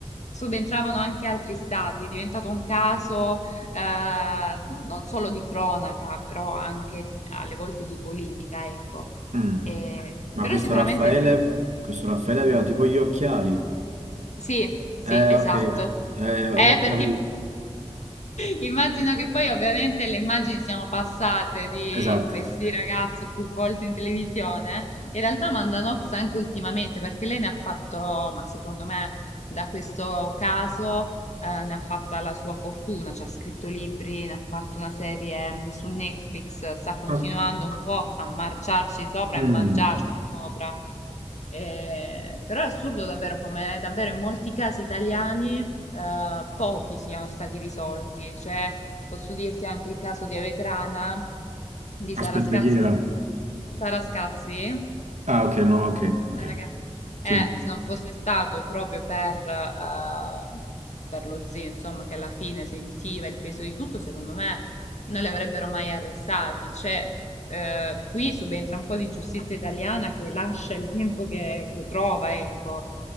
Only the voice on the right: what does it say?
mm.
Ma
questo
Raffaele,
questo Raffaele aveva tipo gli occhiali.
Eh,
ok, eh,
ho
capito.
Esatto.
As-
mm.
Aspetta,
chi era?
Ah, ok, no, ok, ok,
sì.